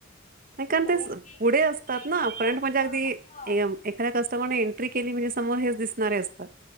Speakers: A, on the right; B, on the left.
A: कोणत्या
B: कारण की
A: पुढे
B: ते
A: असतात ना
B: कसं
A: फ्रंट
B: असतं
A: म्हणजे अगदी
B: हा
A: एखाद्या कस्टमरने एंट्री केली म्हणजे समोर हेच दिसणारे असतात